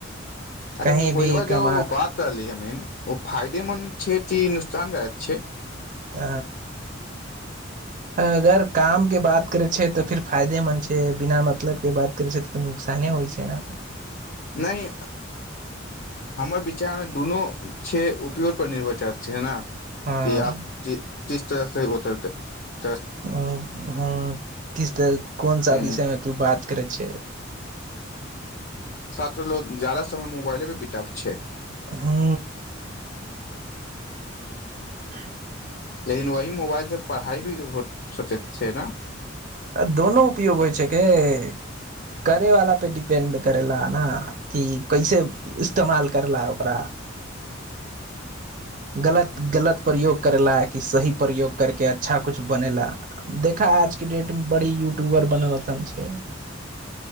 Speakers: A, on the left (about 55°); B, on the right (about 40°).
A: अच्छा
B: कहीं
A: मोबइलवा
B: भी कमा
A: जो बात रहली ह मीन ओ फायदेमन्द छै की नुकसान रह छै
B: आ अगर काम के बात करे छै तऽ फेर फायदेमन्द छै बिना मतलब के बात करै छै तऽ तऽ नुकसाने होइ छैना
A: नहि हमर विचारमे दुनू छै उपयोजपर निर्भर छै ने
B: हँ
A: कि आब जी जिस तरह ह होतै <unintelligible>
B: ह ह किस तरह कोन सा
A: ह
B: विषयमे तू बात करै छै
A: साथ लोग जादा समय मोबाइले बी छै
B: ह ह
A: लेकिन वही मोबाइल से पढ़ाइ भी हो सोचै छै ने
B: <unintelligible> बरि युटुबर बनल छै